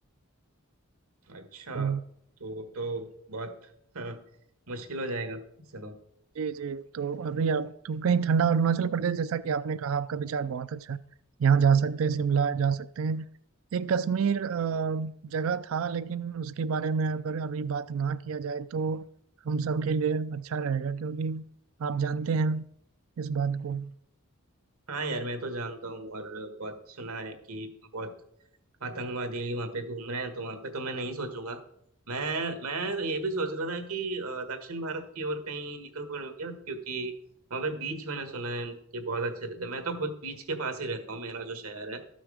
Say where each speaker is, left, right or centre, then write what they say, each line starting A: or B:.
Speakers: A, on the right; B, on the right.
A: है। अच्छा
B: तो
A: तो तो बहुत <laughs> हाँ, मुश्किल हो जाएगा चलो
B: जी जी तो अभी आप तो कहीं ठंडा अरुणाचल प्रदेश जैसा कि आपने कहा आपका विचार बहुत अच्छा है यहाँ जा सकते हैं शिमला जा सकते हैं एक कश्मीर अ, जगह था लेकिन उसके बारे में अगर अभी बात ना किया जाए तो हम सबके लिए अच्छा रहेगा क्योंकि आप जानते हैं इस बात को
A: हाँ यार मैं तो जानता हूँ और बहुत सुना है कि बहुत आतंकवादी वहाँ पे घूम रहे हैं तो वहाँ पे तो मैं नहीं सोचूंगा मैं मैं ये भी सोच रहा था कि अ, दक्षिण भारत की ओर कहीं निकल पड़ूं क्या क्योंकि वहाँ पे बीच मैंने सुना है कि बहुत अच्छे रहते हैं मैं तो खुद बीच के पास ही रहता हूँ मेरा जो शहर है